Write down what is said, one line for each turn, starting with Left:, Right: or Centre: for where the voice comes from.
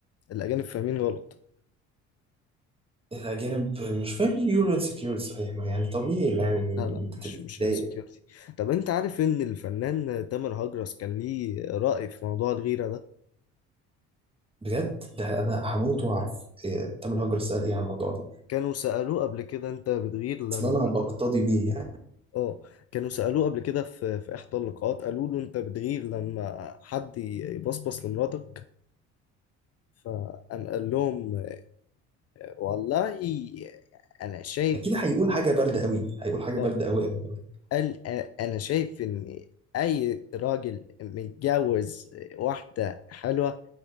Left: الاجانب فاهمين غلط
Right: الأجانب مش فاهم ايه يقولوا انسكيور صحيح ما يعني طبيعي يعني
Left: لا لا
Right: أنت
Left: مش
Right: تتضايق
Left: مش انسكيورتي طب انت عارف ان الفنان تامر هجرس كان ليه رأي في موضوع الغيرة ده
Right: بجد ده أنا هموت وأعرف إيه تامر هجر سأل إيه عن الموضوع ده
Left: كانوا سألوه قبل كده انت بتغير لما
Right: أصل أنا بقتضي بيه يعني
Left: اه كانوا سألوه قبل كده في في إحدى اللقاءات قالوا له أنت بتغير لما حد يبصبص لمراتك فقام قال لهم آه، والله أنا شايف
Right: أكيد هيقول حاجة باردة قوي هيقول حاجة
Left: اه
Right: باردة قوي قوي قوي
Left: قال آه، أنا شايف إن أي راجل متجوز آه، واحدة حلوة